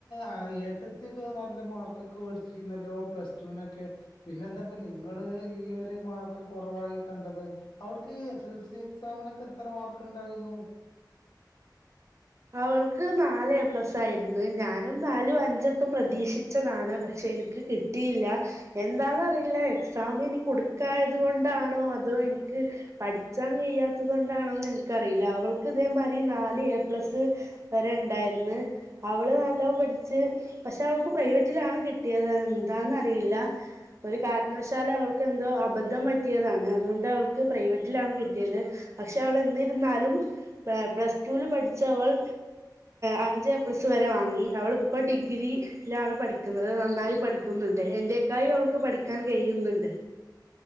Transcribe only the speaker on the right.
അവൾക്ക് നാല് എ പ്ലസ് ആയിര്ന്ന് ഞാനും നാലും അഞ്ചൊക്കെ പ്രതീക്ഷിച്ചതാണ് പക്ഷെ എനിക്ക് കിട്ടിയില്ല എന്താന്നറിയില്ല എക്സാം ഇനി കുടുക്കായത് കൊണ്ടാണോ അതോ ഇൻക് പഠിച്ചാൻ കഴാത്തത് കൊണ്ടാണോന്നനിക്കറില്ല അവൾക്ക് ഇതേമായിരി നാല് എ പ്ലസ് വരെണ്ടായിരുന്നു അവൾ നല്ലോം പഠിച്ച് പക്ഷെ അവൾക്ക് പ്രൈവറ്റിലാണ് കി കിട്ടിയത് എന്താന്ന്റിയില്ല ഒരു കാരണവശാൽ അവൾക്ക് എന്തോ അബദ്ധം പറ്റിയതാണ് അതുകൊണ്ട് അവക്ക് പ്രൈവറ്റിലാണ് കിട്ടിയത് പക്ഷെ അവളെന്നിരുന്നാലും പ്ലസ്‌ടുവിൽ പഠിച്ച ചവൾ അഞ്ച് എപ്ലസ് വരെ വാങ്ങി അവളിപ്പ ഡിഗ്രി ഇലാണ് പഠിക്കുന്നത് നന്നായി പഠിക്കുന്ന് ണ്ട് എന്റെക്കായും അവൾക്ക് പഠിക്കാൻ കയ്യുന്നുണ്ട്